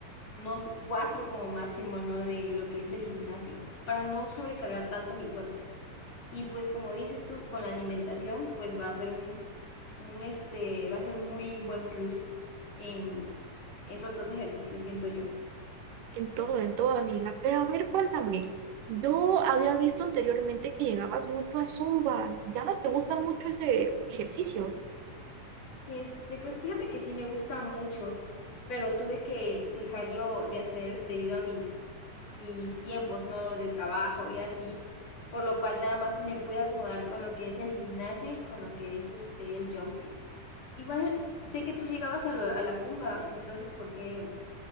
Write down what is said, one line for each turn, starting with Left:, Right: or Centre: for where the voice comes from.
Left: unos cuatro como máximo, ¿no? De lo que es el gimnasio, para no sobrecargar tanto mi cuerpo. Y pues como dices tú, con la alimentación, pues va a ser un, un este, va a ser muy buen plus en esos dos ejercicios, siento yo.
Right: en todo, en todo, amiga. Pero a ver, cuéntame, yo había visto anteriormente que llegabas mucho a Zumba, ¿ya no te gusta mucho ese ejercicio?
Left: Este, pues fíjate que sí me gusta mucho, pero tuve que dejarlo de hacer debido a mis, mis tiempos, ¿no? De trabajo y así, por lo cual nada más me pude acomodar con lo que es el gimnasio y con lo que es este, el jump it. Igual sé que tú llegabas a, lo- a la zumba, entonces, ¿por qué,